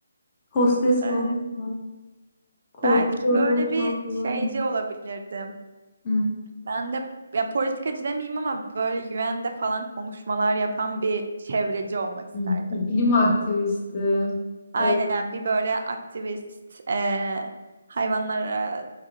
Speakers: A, on the left; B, on the right.
A: Hostes
B: Ee,
A: falan var. Korku
B: belki
A: korku
B: böyle
A: uçağı
B: bir
A: falan
B: şeyci
A: mı?
B: olabilirdim.
A: Hı.
B: Ben de ya politikacı demeyeyim ama böyle UN'de falan konuşmalar yapan bir çevreci olmak isterdim.
A: Hı. İklim aktivisti.
B: Aynen
A: Evet.
B: bir böyle aktivist, e, hayvanlara